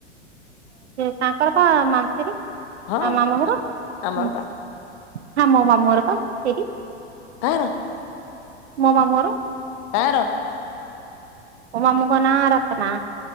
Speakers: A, on the right (about 70°); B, on the left (about 30°).
A: ତାଙ୍କର ପା ମାନତିରି ତା
B: ହଁ
A: ମାମୁଘର।
B: ଆମର
A: ହଁ
B: ପା
A: ମୋ ମାମୁଁ ଘର ପା ସେଇଠି।
B: କାହାର?
A: ମୋ ମାମୁଁ ଘର।
B: କାହାର?
A: ମୋ ମାମୁଁଙ୍କ ନା ରତ୍ନା।